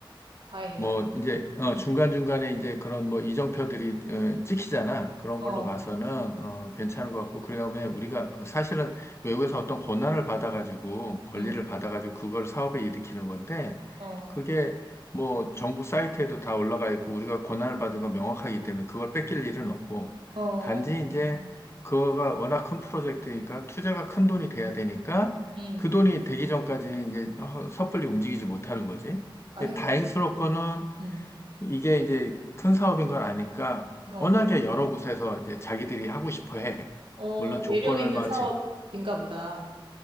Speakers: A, on the right; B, on the left.
A: 다행이다.
B: 뭐 이제 어, 중간중간에 이제 그런 뭐 이정표들이 어, 찍히잖아. 그런
A: 어,
B: 걸로 봐서는 어, 괜찮은 것 같고 그러다 보면 우리가 사실은 외국에서 어떤 권한을 받아가지고 권리를
A: 음,
B: 받아가지고 그걸 사업에 일으키는 건데
A: 어,
B: 그게 뭐 정부 사이트에도 다 올라가 있고 우리가 권한을 받은 건 명확하기 때문에 그걸 뺏길 일은 없고
A: 어, 어,
B: 단지 이제
A: 어.
B: 그거가 워낙 큰 프로젝트니까 투자가 큰 돈이 돼야 되니까
A: 음,
B: 그 돈이 되기 전까지는 이게 어, 섣불리 움직이지 못하는 거지.
A: 아이고,
B: 이게 다행스럽거는
A: 음,
B: 이게 이제 큰 사업인 걸 아니까
A: 어,
B: 워낙에 여러 곳에서 이제 자기들이 하고 싶어 해.
A: 어,
B: 물론 조건을
A: 매력 있는
B: 맞치
A: 사업인가 보다.